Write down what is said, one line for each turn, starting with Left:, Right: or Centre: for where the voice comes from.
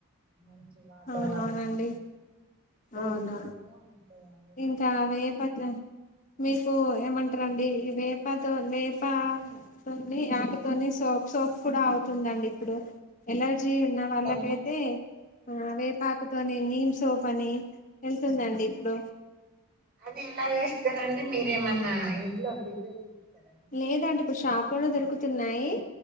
Right: మంచి వాతావరణం
Left: అవునవునండి
Right: కూల్
Left: అవును
Right: కూల్గా ఉంటాయండి
Left: ఇంకా వేప మీకు ఏమంటారండి ఈ వేపతో వేప తోని ఆకుతోని సోప్ సోప్ కూడా అవుతుందండి ఇప్పుడు ఎల ర్జీ ఉన్నవాళ్ళకయితే
Right: అట్లన్నా
Left: ఆ వేపాకుతోని నీమ్ సోప్ అని వెళ్తుందండి ఇప్పుడు
Right: అది ఎలా చేస్తారండి మీరేమన్నా ఇంట్లో ప్రిపేర్ చేస్తారండి
Left: లేదండి ఇప్పుడు షాపులోనే దొరుకుతున్నాయి